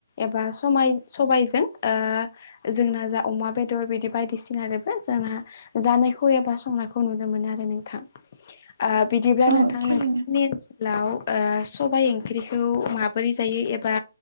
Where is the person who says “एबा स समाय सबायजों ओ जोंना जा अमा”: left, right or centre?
Left